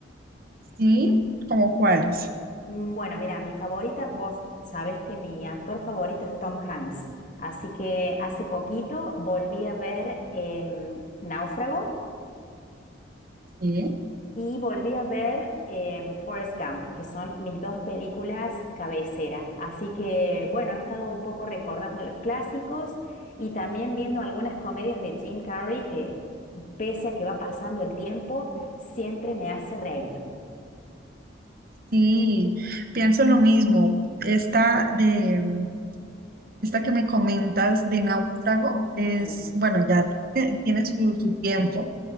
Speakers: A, on the right (about 50°); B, on the left (about 40°).
A: Sí, ¿como cuáles?
B: Mm, Bueno, mira, mi favorita, vos sabés que mi actor favorito es Tom Hanks, así que hace poquito volví a ver em, Náufrago
A: Sí,
B: y volví a ver em, Forrest Gump, que son mis dos películas cabecera. Así que, bueno, he estado un poco recordando los clásicos y también viendo algunas comedias de Jim Carrey que, pese a que va pasando el tiempo, siempre me hace reír.
A: sí, pienso lo mismo. Esta de esta que me comentas de náufrago es,
B: Ujú.
A: bueno, ya tiene, tiene su, su tiempo.